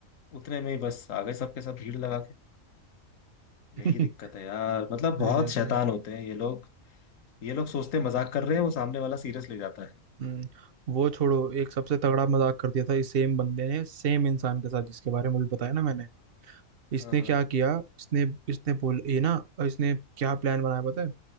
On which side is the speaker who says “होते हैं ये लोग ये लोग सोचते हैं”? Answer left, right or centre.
Left